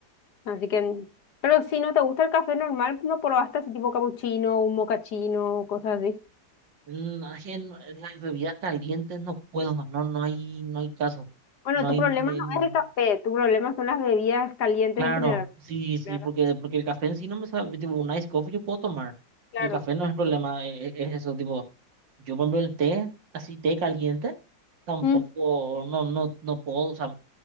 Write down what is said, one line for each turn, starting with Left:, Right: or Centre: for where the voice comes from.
Left: Así que, mm, pero si no te gusta el café normal, no probaste así tipo capuchino, un mocachino, cosas así.
Right: No, es que no- las bebidas calientes no puedo, no, no hay, no hay caso.
Left: Bueno,
Right: No
Left: tu
Right: hay,
Left: problema
Right: nen-
Left: no es el café, tu problema son las bebidas calientes
Right: claro,
Left: en general.
Right: sí, sí,
Left: Claro,
Right: porque, porque el café en sí no me sabe, tipo, un ice coffee yo puedo tomar.
Left: claro.
Right: El café no es el problema, e- e- es, eso, tipo, yo por ejemplo el té, así té caliente, tampoco,
Left: Mm,
Right: no, no, no puedo, o sea,